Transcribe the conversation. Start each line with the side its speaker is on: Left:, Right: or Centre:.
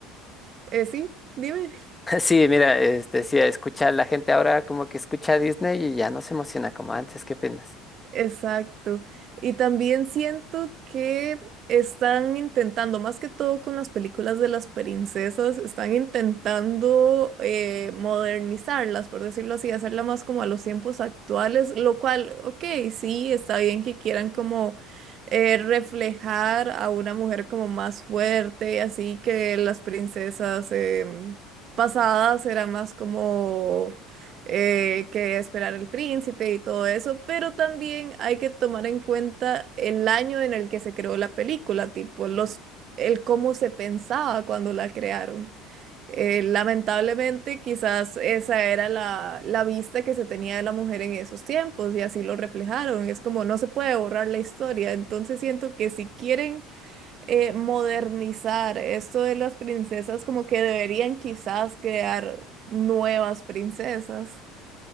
Right: eh, sí, dime.
Left: <laughs> Sí, mira, este, sí, escucha, la gente ahora como que escucha a Disney y ya no se emociona como antes, ¿qué opinas?
Right: Exacto. Y también siento que están intentando, más que todo con las películas de las princesas, están intentando eh, modernizarlas, por decirlo así, hacerla más como a los tiempos actuales, lo cual, ok, sí, está bien que quieran como eh, reflejar a una mujer como más fuerte, así que las princesas em, pasadas eran más como eh, que esperar el príncipe y todo eso, pero también hay que tomar en cuenta el año en el que se creó la película, tipo los, el cómo se pensaba cuando la crearon. Eh, lamentablemente, quizás esa era la, la vista que se tenía de la mujer en esos tiempos y así lo reflejaron. Es como no se puede borrar la historia. Entonces siento que si quieren eh, modernizar esto de las princesas, como que deberían quizás crear nuevas princesas.